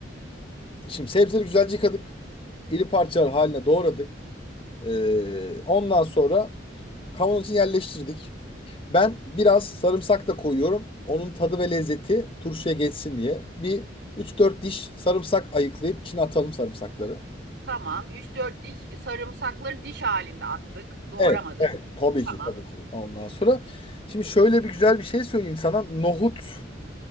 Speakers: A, on the left; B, on the right.
A: Şimdi sebzeleri güzelce yıkadık. İri parçalar haline doğradık. Ee, ondan sonra kavanozun için yerleştirdik. Ben biraz sarımsak da koyuyorum. Onun tadı ve lezzeti turşuya geçsin diye. Bir üç dört diş sarımsak ayıklayıp içine atalım sarımsakları.
B: Tamam Üç dört diş sarımsakları diş halinde attık. Doğramadık.
A: Evet, evet. Tabii
B: Tamam.
A: ki, tabii ki. Ondan sonra şimdi şöyle bir güzel bir şey söyleyeyim sana. Nohut